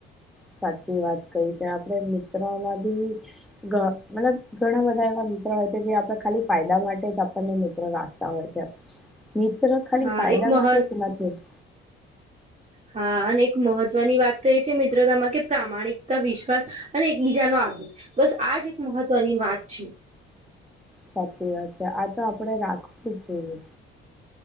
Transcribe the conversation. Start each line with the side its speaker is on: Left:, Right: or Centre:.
Centre: -સાચી વાત કહી કે, આપણે મિત્રોમાં બી- મતલબ ઘણા બધા એવા મિત્રો હોય, કે જે આપણે ખાલી ફાયદા માટે જ આપણને મીત્ર રાખી- ઉતાવળ હોય છે, મિત્ર ખાલી
Right: હા
Centre: ફાયદા
Right: એક મહત્
Centre: માટે જ નથી. -
Right: હા, અને એક મહત્વની વાત તો એ છે, મિત્રતામાં કે પ્રામાણિકતા વિશ્વાસ અને એકબીજાનો આદર- -બસ આજ એક મહત્વની વાત છે.
Centre: સાચી વાત છે, આ તો આપણેે રાખવું જોઈએ.